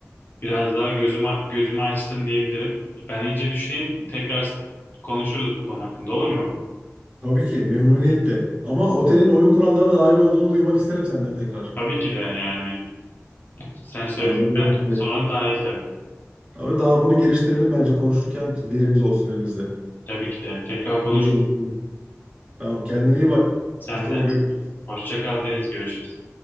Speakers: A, on the left (about 40°); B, on the right (about 25°).
A: Biraz daha gözümü, gözümü açtın diyebilirim. Ben iyice düşüneyim. Tekrar konuşuruz bu konu hakkında olur mu?
B: Tabii ki memnuniyetle. Ama otelin oyun kurallarına dair olduğunu duymak isterim senden tekrar.
A: Tabii ki de yani. Sen söyledikten
B: Tamam, bu benim. evet.
A: sonra dahil tabii.
B: Ama daha bunu geliştirelim bence konuşurken verimiz olsun elimizde.
A: Tabii ki de. Tekrar konuşuruz.
B: Böyle geliştirelim. Tamam kendine iyi bak.
A: Sen
B: Mustafa
A: de.
B: görüşürüz.
A: Hoşça kal Deniz. Görüşürüz.